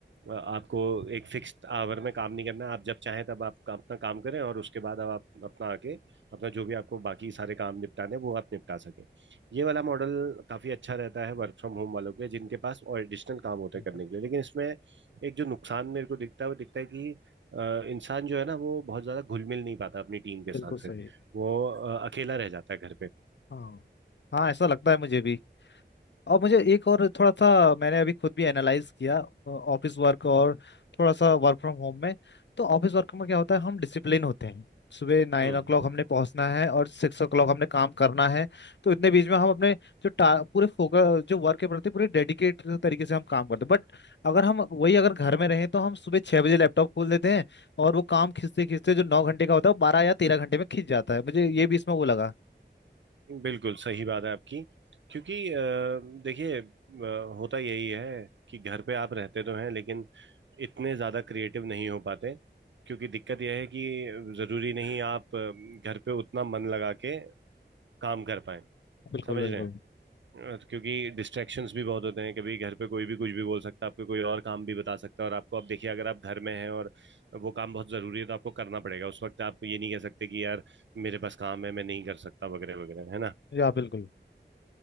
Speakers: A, on the right; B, on the left.
A: अ, आपको एक फिक्स्ड आवर में काम नहीं करना है आप जब चाहें तब आप का- अपना काम करें और उसके बाद अब आप अपना आके अपना जो भी आपको बाकी सारे काम निपटाने हैं, वो आप निपटा सकें ये वाला मॉडल काफी अच्छा रहता है वर्क फ्रॉम होम वालों के लिए जिनके पास और एडिशनल काम होते
B: बिल्कुल।
A: हैं करने के लिए लेकिन इसमें एक जो नुकसान मेरे को दिखता है वो दिखता है कि अ, इंसान जो है ना वो बहुत ज्यादा घुल मिल नहीं पाता अपनी टीम के साथ
B: बिल्कुल
A: फिर
B: सही
A: वो अ, अकेला रह जाता है घर पे
B: हाँ हाँ ऐसा लगता है मुझे भी और मुझे एक और थोड़ा सा मैंने अभी खुद भी एनालाइज किया ऑफिस वर्क और थोड़ा सा वर्क फ्रॉम होम में तो ऑफिस वर्क में क्या होता है हम डिसिप्लिन होते हैं सुबह नाइन
A: हम्म
B: ओ क्लॉक हमने पहुंचना है और सिक्स ओ क्लॉक हमने काम करना है तो इतने बीच में हम अपने जो टा, पूरे फोकस जो वर्क के प्रति पूरे डेडिकेट तरीके से हम काम करते हैं बट अगर हम वही अगर घर में रहें तो हम सुबह छह बजे लैपटॉप खोल देते हैं और वो काम खींचते खींचते जो नौ घंटे का होता है वो बारह या तेरह घंटे में खींच जाता है मुझे ये भी इसमें वो लगा
A: बिल्कुल सही बात है आपकी क्योंकि अ, देखिए अ, होता यही है कि घर पे आप रहते तो हैं लेकिन इतने ज्यादा क्रिएटिव नहीं हो पाते क्योंकि दिक्कत यह है कि जरूरी नहीं आप अ, घर पे उतना मन लगा के काम कर पाए
B: बिल्कुल
A: समझ
B: बिल्कुल
A: रहे हैं अ, तो क्योंकि डिस्ट्रैक्शंस भी बहुत होते हैं कभी घर पे कोई भी कुछ भी बोल सकता है आपको कोई और काम भी बता सकता है और आपको अब देखिए अगर आप घर में हैं और वो काम बहुत जरूरी है तो आपको करना पड़ेगा उस वक्त आप ये नहीं कह सकते कि यार मेरे पास काम है मैं नहीं कर सकता वगैरह वगैरह है ना
B: या बिल्कुल